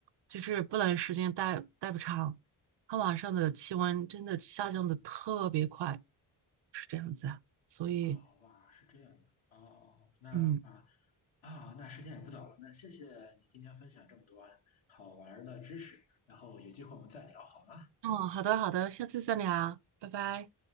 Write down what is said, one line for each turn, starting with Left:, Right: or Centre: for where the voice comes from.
Right: 就是不能时间待待不长，它晚上的气温真的下降的特别快，是这样子啊，所以。
Left: 啊、哇，是这样的。哦，那
Right: 嗯，
Left: 啊，那时间也不早了，那谢谢你今天分享这么多好玩儿的知识，然后有机会我们再聊好吗？
Right: 嗯，好的，好的，下次再聊，拜拜。